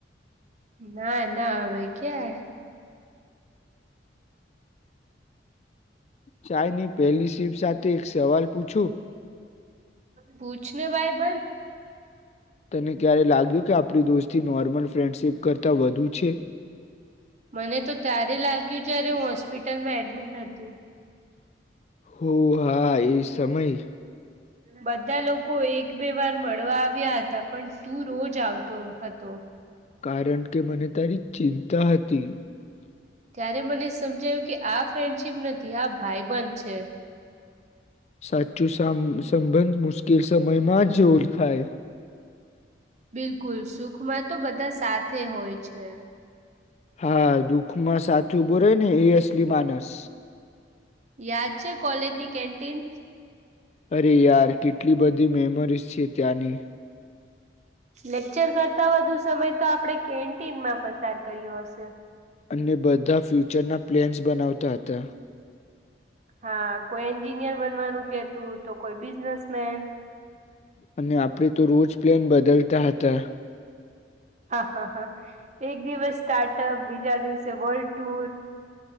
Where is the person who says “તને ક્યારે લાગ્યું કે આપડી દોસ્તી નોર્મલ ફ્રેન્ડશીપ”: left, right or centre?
Left